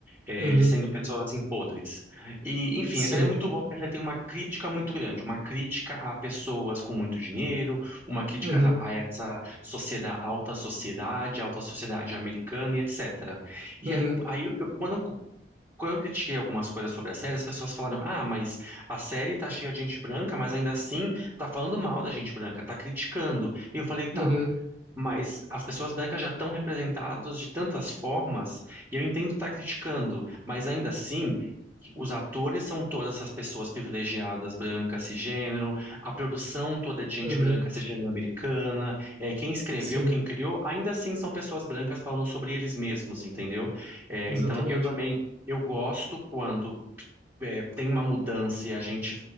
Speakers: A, on the right; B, on the right.
A: É,
B: uhum,
A: eles sendo pessoas, assim, podres. E, enfim,
B: sim.
A: a série é muito boa porque a série tem uma crítica muito grande. Uma crítica a pessoas com muito dinheiro, uma crítica
B: Uhum,
A: a, a essa sociedade, alta sociedade, alta sociedade americana e etc. E
B: uhum,
A: é, aí, eu- quando eu... Quando eu critiquei algumas coisas sobre a série, as pessoas falaram: Ah, mas a série tá cheia de gente branca, mas ainda assim tá falando mal da gente branca, tá criticando. E eu falei: Tá,
B: uhum,
A: mas as pessoas brancas já estão representadas de tantas formas, e eu entendo estar criticando, mas ainda assim, os atores são todas essas pessoas privilegiadas, brancas, cisgênero, a produção toda é de gente
B: uhum,
A: branca, cisgênero americana, é, quem escreveu,
B: sim,
A: quem criou, ainda assim são pessoas brancas falando sobre eles mesmos, entendeu? É,
B: exatamente.
A: então, eu também. Eu gosto quando é, tem uma mudança e a gente